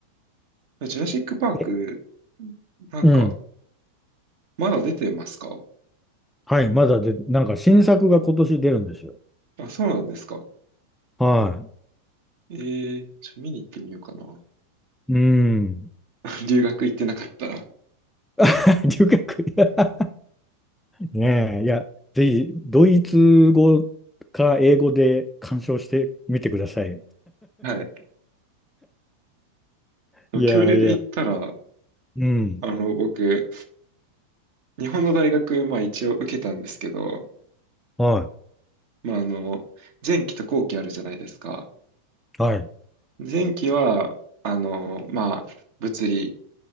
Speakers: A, on the right (about 50°); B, in the centre.
A: ジュラシック・パーク、
B: い。え、
A: なんか、
B: うん、
A: まだ出てますか
B: はい、まだで、なんか新作が今年出るんですよ。
A: あ、そうなんですか。
B: は
A: えー、ちょ、見に行ってみようかな。
B: い。うん。
A: <laughs> 留学行ってなかったら。
B: <laughs> 留学、<laughs> いやねえ、いや、ぜひ、ドイツ語か英語で鑑賞してみてくださいよ。
A: はい。でも恐竜で言ったら、
B: いやいや、うん。
A: あの、僕、日本の大学、まあ一応受けたんですけど、
B: は
A: まああの、前期と後期あるじゃないですか。
B: い、はい、
A: 前期は、あの、まあ、物理、